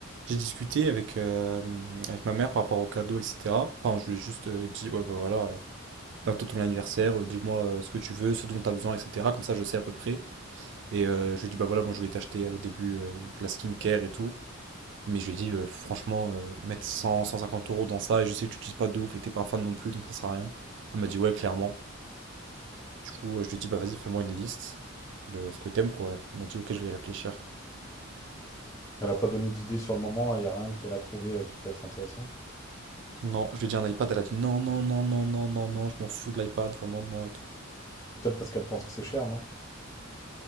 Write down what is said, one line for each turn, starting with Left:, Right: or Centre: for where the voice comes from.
Right: J'ai discuté avec, euh, avec ma mère par rapport au cadeau, etc. Enfin, je lui ai juste euh, dit, ouais, bah voilà, euh, bientôt ton anniversaire, euh, dis-moi euh, ce que tu veux, ce dont tu as besoin, etc. Comme ça, je sais à peu près. Et euh, je lui ai dit, bah voilà, moi je voulais t'acheter euh, au début euh, de la skincare et tout. Mais je lui ai dit, euh, franchement, euh, mettre cent cent cinquante euros dans ça, et je sais que tu n'utilises pas de ouf et t'es pas fan non plus, donc ça sert à rien. Elle m'a dit, ouais, clairement. Du coup, euh, je lui ai dit, bah vas-y, fais-moi une liste de ce que t'aimes, quoi. Elle m'a dit, ok, je vais y réfléchir.
Left: Elle a pas donné d'idée sur le moment, il n'y a rien qu'elle a trouvé euh, qui peut être intéressant.
Right: Non, je lui ai dit un iPad, elle a dit non, non, non, non, non, non, non, je m'en fous de l'iPad, vraiment, non et tout.
Left: Peut-être parce qu'elle pense que c'est cher, non?